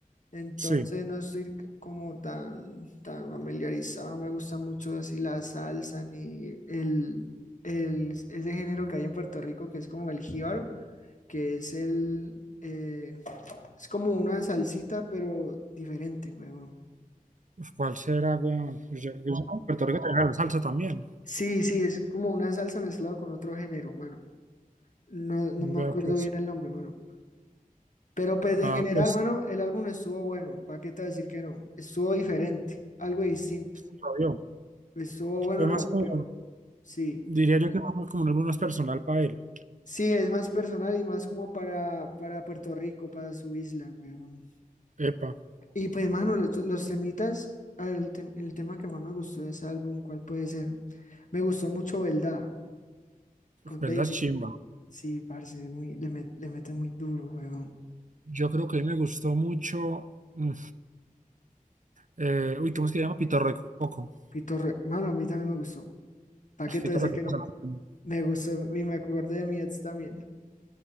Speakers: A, on the left; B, on the right.
A: entonces
B: sí.
A: no estoy c- como tan, tan familiarizado, no me gusta mucho así la salsa ni el, el, ese género que hay en Puerto Rico que es como el jíbaro, que es el, eh, es como una salsita, pero diferente, weón.
B: Uf, ¿Cuál será, weón? Pues yo, yo- sé que en Puerto Rico tenía la salsa también.
A: Sí, sí, es como una salsa mezclada con otro género, mano. No, no
B: Veo
A: me acuerdo
B: pues,
A: bien el nombre, mano. Pero pues
B: ah,
A: en general,
B: pues,
A: mano, el álbum estuvo bueno. ¿Para qué te voy a decir que no? Estuvo diferente, algo distinto.
B: sí, lo vio.
A: Estuvo bueno,
B: Fue más
A: rompió.
B: como,
A: Sí.
B: diría yo que fue más como un álbum más personal para él.
A: Sí, es más personal y más como para, para Puerto Rico, para su isla, weón.
B: Epa,
A: Y pues, mano, los, los temitas, a ver, el, tem- el tema que más me gustó de ese álbum, ¿cuál puede ser? Me gustó mucho Belda con
B: ¿verdad?
A: David.
B: Chimba.
A: Sí, parce, muy, le, met- le mete muy duro, weón.
B: Yo creo que a mí me gustó mucho, mm, eh, uy, ¿cómo es que se llama? Pitorro de Coco.
A: Pito Re- Mano, a mí también me gustó. ¿Para qué te
B: Pitorro
A: voy a decir
B: de
A: que
B: Coco.
A: no?
B: Santo.
A: Me gustó y me acordé de mi ex también.